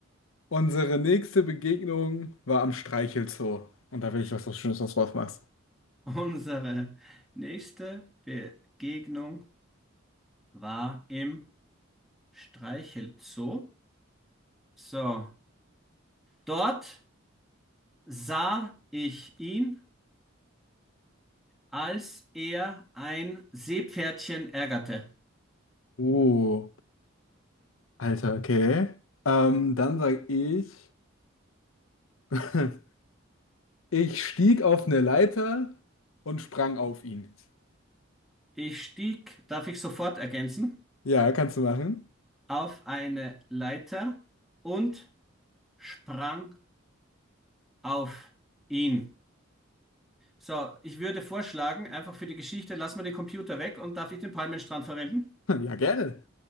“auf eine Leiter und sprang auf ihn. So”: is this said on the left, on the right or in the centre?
Centre